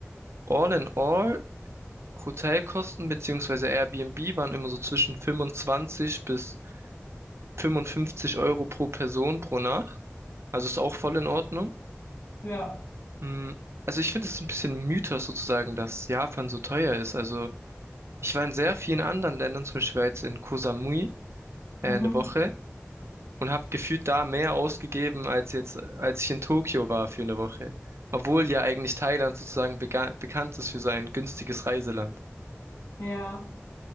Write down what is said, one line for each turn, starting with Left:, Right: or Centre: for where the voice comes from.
Right: All in all, Hotelkosten beziehungsweise Airbnb waren immer so zwischen 25 bis 55 Euro pro Person pro Nacht. Also ist auch voll in Ordnung.
Left: Ja.
Right: Mm, Also ich finde es ist ein bisschen Mythos sozusagen, dass Japan so teuer ist. Also ich war in sehr vielen anderen Ländern, zum Beispiel war jetzt in Koh Samui äh,
Left: Mhm.
Right: eine Woche und habe gefühlt da mehr ausgegeben als jetzt, als ich in Tokio war für eine Woche. Obwohl ja eigentlich Thailand sozusagen bega- bekannt ist für sein günstiges Reiseland.
Left: Ja,